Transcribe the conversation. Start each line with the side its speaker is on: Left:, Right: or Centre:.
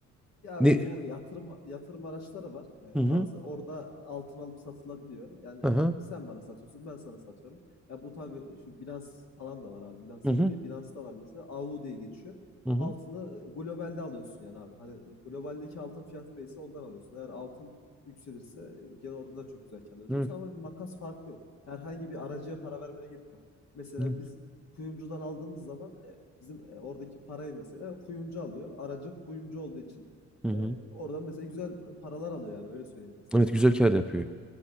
Left: Ya
Centre: ne
Left: ve bu yatırım yatırım araçları var e,
Centre: hı hı
Left: bazı. Orada altın alıp satılabiliyor. Yani
Centre: hı
Left: e, sen bana satıyorsun, ben sana satıyorum. Ya bu tabii e, şu Binance falan da var abi. Binance
Centre: hı
Left: seri
Centre: hı.
Left: değil. Binance'da var mesela. AU diye geçiyor.
Centre: Hı hı.
Left: Altını e, globalde alıyorsun yani abi. Hani e, globaldeki altın fiyatı neyse ondan alıyorsun. Eğer altın yükselirse e, gene orada da çok güzel kâr elde ediyorsun
Centre: Evet.
Left: ama bir makas farkı yok. Herhangi bir aracıya para vermene gerek yok. Mesela
Centre: Evet.
Left: biz kuyumcudan aldığımız zaman e, bizim e, oradaki parayı mesela kuyumcu alıyor. Aracı kuyumcu olduğu için
Centre: Hı hı.
Left: ee, oradan mesela güzel paralar alıyor yani öyle söyleyeyim ben sana
Centre: Evet,
Left: abi.
Centre: güzel kar yapıyor.